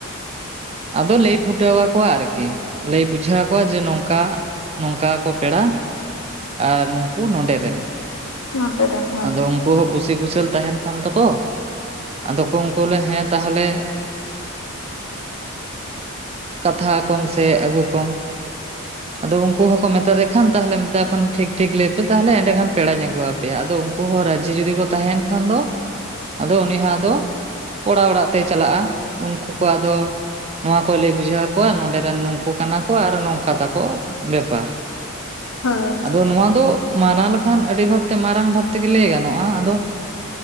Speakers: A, on the right; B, on the left.
A: ᱟᱫᱚ ᱞᱟᱹᱭ ᱯᱷᱩᱴᱟᱹᱣ ᱟᱠᱚᱣᱟ ᱟᱨᱠᱤ ᱞᱟᱹᱭ ᱵᱩᱡᱷᱟᱹᱣ ᱟᱠᱚᱣᱟ ᱡᱮ ᱱᱚᱝᱠᱟ ᱱᱚᱝᱠᱟ ᱠᱚ ᱯᱮᱲᱟ ᱟᱨ ᱱᱩᱠᱩ ᱱᱚᱰᱮ ᱨᱮᱱ
B: ᱱᱚᱰᱮ ᱨᱮᱱ
A: ᱟᱫᱚ ᱩᱱᱠᱩ ᱦᱚᱸ ᱠᱩᱥᱤ ᱠᱩᱥᱟᱹᱞ ᱛᱟᱦᱮᱸᱱ ᱠᱷᱟᱱ ᱛᱟᱠᱚ ᱟᱫᱚ ᱠᱚ ᱩᱱᱠᱩ ᱞᱮ ᱦᱮᱸ ᱛᱟᱦᱚᱞᱮ ᱠᱟᱛᱷᱟ ᱠᱚᱢ ᱥᱮ ᱟᱹᱜᱩ ᱠᱚᱢ ᱟᱫᱚ ᱩᱱᱠᱩ ᱦᱚᱸᱠᱚ ᱢᱮᱛᱟ ᱫᱮ ᱠᱷᱟᱱ ᱛᱟᱦᱚᱞᱮ ᱢᱮᱛᱟ ᱠᱚ ᱠᱷᱟᱱ ᱴᱷᱤᱠ ᱴᱷᱤᱠ ᱞᱟᱹᱭ ᱯᱮ ᱛᱟᱦᱞᱮ ᱮᱸᱰᱮᱠᱷᱟᱱ ᱯᱮᱲᱟᱧ ᱟᱹᱜᱩᱣᱟᱯᱮ ᱟᱫᱚ ᱩᱱᱠᱩ ᱦᱚᱸ ᱨᱟᱡᱤ ᱡᱚᱫᱤ ᱠᱚ ᱛᱟᱦᱮᱸᱱ ᱠᱷᱟᱱ ᱫᱚ ᱟᱫᱚ ᱩᱱᱤ ᱦᱚᱸ ᱟᱫᱚ ᱠᱚᱲᱟ ᱚᱲᱟᱜ ᱛᱮ ᱪᱟᱞᱟᱜᱼᱟ ᱩᱱᱠᱩ ᱠᱚ ᱟᱫᱚ ᱱᱚᱣᱟ ᱠᱚᱛ ᱞᱟᱹᱭ ᱵᱩᱡᱷᱟᱹᱣ ᱟᱠᱚᱣᱟ ᱱᱚᱰᱮ ᱨᱮᱱ ᱱᱩᱠᱩ ᱠᱟᱱᱟ ᱠᱚ ᱟᱨ ᱱᱚᱝᱠᱟ ᱛᱟᱠᱚ ᱵᱮᱯᱟᱨ <inaudible>
B: ᱦᱳᱭ
A: ᱟᱫᱚ ᱱᱚᱣᱟ ᱫᱚ ᱢᱟᱨᱟᱝ ᱞᱮᱠᱷᱟᱱ ᱟᱹᱰᱤ ᱵᱷᱟᱵᱛᱮ ᱢᱟᱨᱟᱝ ᱵᱷᱟᱵ ᱛᱮᱜᱮ ᱞᱟᱹᱭ ᱜᱟᱱᱚᱜᱼᱟ ᱟᱫᱚ